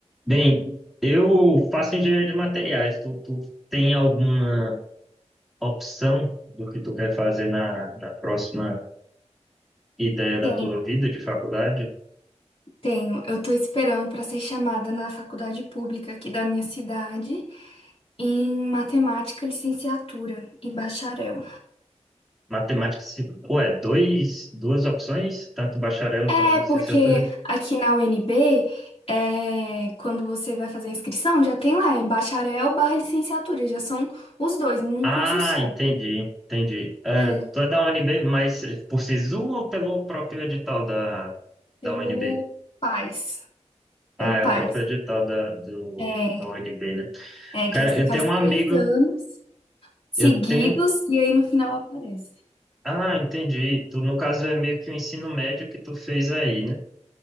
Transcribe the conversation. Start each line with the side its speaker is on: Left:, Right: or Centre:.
Centre: Bem, eu faço engenharia de materiais. Tu, tu tem alguma opção do que tu quer fazer na, na próxima ideia da
Left: Tenho,
Centre: tua vida de faculdade?
Left: tenho. Eu tô esperando para ser chamada na faculdade pública aqui da minha cidade em matemática, licenciatura e bacharel.
Centre: Matemática, se, ué, dois, duas opções? Tanto bacharel,
Left: É,
Centre: tanto licenciatura?
Left: porque aqui na UNB, é, quando você vai fazer a inscrição, já tem lá, é bacharel barra licenciatura, já são os dois, num
Centre: Ah,
Left: curso só.
Centre: entendi, entendi. Ah,
Left: É,
Centre: tu é da UNB, mas por SISU ou pelo próprio edital da,
Left: pelo
Centre: da UNB?
Left: PAS, pelo
Centre: Ah, é
Left: PAS.
Centre: o próprio edital da, do,
Left: É,
Centre: da UNB, né?
Left: é
Centre: Cara,
Left: que você
Centre: eu
Left: faz
Centre: tenho um
Left: três
Centre: amigo,
Left: anos seguidos
Centre: eu tenho
Left: e aí no final aparece.
Centre: Ah, entendi. Tu, no caso, é meio que o ensino médio que tu fez aí, né?